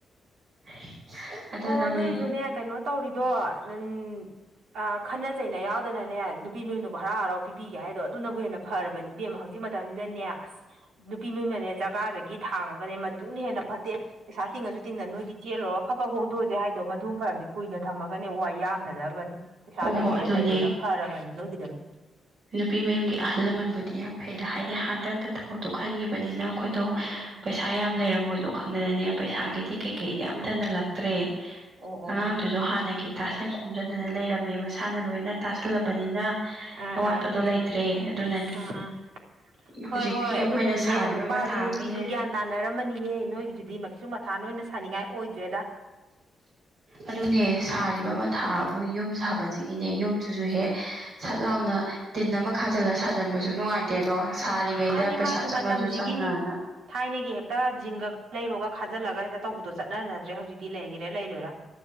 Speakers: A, on the right (about 60°); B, on the right (about 80°).
A: <inaudible> ꯑꯗꯣ
B: ꯑꯣ
A: ꯅꯪꯗꯤ
B: ꯑꯗꯨ ꯑꯣꯏꯁꯨꯅꯦ ꯀꯩꯅꯣ ꯇꯧꯔꯤꯗꯣ <unintelligible> ꯑ ꯈꯠꯅ ꯆꯩꯅ ꯌꯥꯎꯗꯅꯅꯦ ꯅꯨꯄꯤ ꯃꯌꯅꯕꯨ ꯍꯔꯥꯎ ꯍꯔꯥꯎ ꯄꯤꯕꯤꯒꯦ ꯍꯥꯏꯗꯣ ꯑꯗꯨꯅꯕꯨ ꯍꯦꯟꯅ ꯐꯔꯕꯅꯦ ꯏꯕꯦꯝꯃ ꯍꯧꯖꯤꯛ ꯃꯇꯝꯁꯤꯗꯅꯦ ꯑꯁ ꯅꯨꯄꯤ ꯃꯌꯨꯝꯅꯅꯦ ꯖꯒꯥꯗꯒꯤ ꯊꯥꯡꯉꯒ ꯃꯗꯨꯅ ꯍꯦꯟꯅ ꯐꯠꯇꯦ ꯄꯩꯁꯥ ꯇꯤꯡꯉꯁꯨ ꯇꯤꯡꯗꯅ ꯅꯣꯏꯒꯤ ꯆꯦꯜꯂꯨꯔ ꯐꯠ ꯐꯠ ꯍꯣꯡꯗꯣꯛꯑꯁꯦ ꯍꯥꯏꯗꯣ ꯃꯗꯨ ꯐꯔꯕꯅꯤ ꯀꯨꯏꯅ ꯊꯝꯃꯒꯅꯦ ꯋꯥꯌꯥꯝꯅꯅꯕꯅꯤ ꯄꯩꯁꯥ
A: ꯍꯣ
B: ꯂꯩꯒꯦꯔꯥ
A: ꯍꯣ ꯑꯗꯨꯅꯦ
B: ꯂꯩꯔꯣꯏꯔꯥ ꯐꯥꯔꯕꯅꯤ ꯅꯣꯏꯒꯤꯗꯅ
A: ꯅꯨꯄꯤ ꯃꯌꯨꯝꯒꯤ ꯑꯍꯜ ꯂꯃꯟꯕꯨꯗꯤ ꯌꯥꯝ ꯐꯩꯗ ꯍꯥꯏꯗꯤ ꯍꯟꯗꯛꯇ ꯊꯕꯛ ꯇꯣ ꯈꯟꯈꯤꯕꯅꯤꯅ ꯑꯩꯈꯣꯏꯗꯣ
B: ꯎꯝ
A: ꯄꯩꯁꯥ ꯌꯥꯝ ꯂꯩꯔꯝꯃꯣꯏꯗꯣ ꯈꯪꯗꯅꯅꯦ ꯄꯩꯁꯥꯒꯤꯗꯤ
B: ꯎꯝ
A: ꯀꯩ ꯀꯩꯗꯤ ꯑꯝꯊ ꯍꯜꯂꯛꯇ꯭ꯔꯦ
B: ꯑꯣ ꯑꯣ
A: ꯑꯉꯥꯡ ꯑꯗꯨꯁꯨ ꯍꯥꯟꯅꯒꯤ ꯇꯥꯁꯟ ꯈꯣꯝꯖꯤꯟꯗꯅ ꯂꯩꯔꯝꯃꯦ ꯃꯁꯥꯅ ꯂꯣꯏꯅ ꯇꯥꯁꯜꯂꯕꯅꯤꯅ
B: ꯑꯥ
A: ꯑꯋꯥꯠꯄꯗꯣ
B: ꯑꯥ ꯑꯥ
A: ꯂꯩꯇ꯭ꯔꯦ ꯑꯗꯨꯅꯅꯤ
B: ꯑꯥ
A: ꯍꯧꯖꯤꯛꯀꯤ
B: ꯍꯣꯏ ꯍꯣꯏ
A: ꯑꯩꯈꯣꯏꯅ
B: ꯑꯗꯨꯕꯨꯗꯤꯅꯦ
A: ꯁꯥꯔꯤꯕ
B: ꯅꯨꯄꯥꯁꯨ
A: ꯃꯊꯥꯕꯨꯅꯦ
B: ꯅꯨꯄꯤꯁꯨ ꯒ꯭ꯌꯥꯟ ꯇꯥꯅꯔꯝꯃꯅꯤꯌꯦ ꯅꯣꯏꯒꯤꯗꯨꯗꯤ ꯀꯁꯨ ꯃꯊꯥ ꯑꯣꯏꯅ ꯁꯥꯅꯤꯡꯉꯥꯏ ꯑꯣꯏꯗ꯭ꯔꯦꯗ
A: ꯑꯗꯨꯅꯦ ꯁꯥꯔꯤꯕ ꯃꯊꯥꯕꯨ ꯌꯨꯝ ꯁꯥꯕꯁꯤꯒꯤꯅꯦ ꯌꯨꯝꯁꯤꯁꯨ
B: ꯎꯝ
A: ꯍꯦꯛ ꯁꯠ ꯂꯥꯎꯅ ꯇꯤꯟ ꯑꯃ ꯈꯥꯖꯤꯜꯂ ꯁꯥꯖꯟꯕꯁꯨ ꯅꯨꯡꯉꯥꯏꯇꯦ ꯑꯗꯣ ꯁꯥꯔꯤꯉꯩꯗ
B: ꯃꯥꯅꯤ
A: ꯄꯩꯁꯥ
B: ꯃꯥꯅꯤ
A: ꯆꯪꯉꯥꯁꯨ
B: ꯃꯇꯝꯁꯤꯒꯤꯅꯤ
A: ꯆꯪꯅꯅ
B: ꯊꯥꯏꯅꯒꯤ ꯍꯦꯛꯇ ꯖꯤꯡꯒ ꯈꯔꯥ ꯂꯩꯔꯨꯔꯒ ꯈꯥꯖꯤꯜꯂꯒ ꯍꯦꯛꯇ ꯇꯧꯕꯗꯣ ꯆꯠꯅꯅꯗ꯭ꯔꯦ ꯍꯧꯖꯤꯛꯇꯤ ꯂꯩꯒꯦꯔꯥ ꯂꯩꯔꯣꯏꯔꯥ